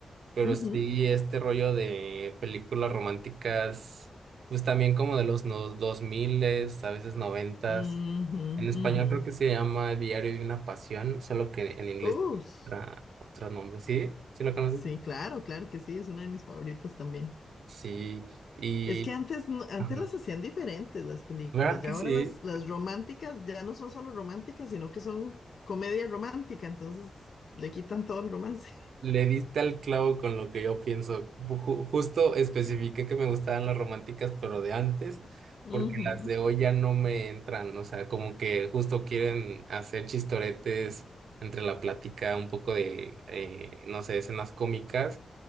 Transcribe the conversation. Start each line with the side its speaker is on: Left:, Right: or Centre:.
Right: pero
Left: Ujú,
Right: sí este rollo de películas románticas, pues también como de los no, 2000, a veces 90.
Left: ujú,
Right: En español
Left: ujú.
Right: creo que se llama Diario de una Pasión, solo que en inglés
Left: Ush.
Right: tiene otra, otro nombre. ¿Sí? ¿Sí lo conoces?
Left: Sí, claro, claro que sí, es una de mis favoritas también.
Right: Sí. Y...
Left: Es que antes, no- antes
Right: ajá.
Left: las hacían diferentes las películas,
Right: ¿Verdad que
Left: ya ahora
Right: sí?
Left: las, las románticas ya no son solo románticas, sino que son comedia romántica, entonces le quitan todo el romance.
Right: Le diste al clavo con lo que yo pienso. Ju- justo especifiqué que me gustaban las románticas, pero de antes,
Left: <laughs>
Right: porque
Left: Ujú,
Right: las de hoy ya no me entran. O sea, como que justo quieren hacer chistoretes entre la plática, un poco de, eh, no sé, escenas cómicas,